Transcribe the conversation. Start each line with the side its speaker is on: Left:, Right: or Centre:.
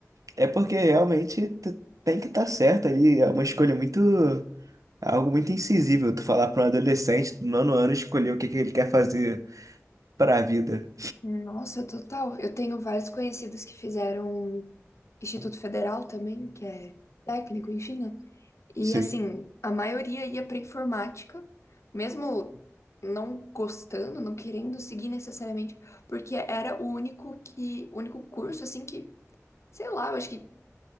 Right: é porque realmente tu tem que estar certo ali, é uma escolha muito. É algo muito insensível tu falar para um adolescente do nono ano escolher o que que ele quer fazer para a vida.
Left: nossa, total. Eu tenho vários conhecidos que fizeram Instituto Federal também, que é técnico, enfim, né? E
Right: Sim.
Left: assim, a maioria ia para informática, mesmo não gostando, não querendo seguir necessariamente, porque era o único que, o único curso assim que, sei lá, eu acho que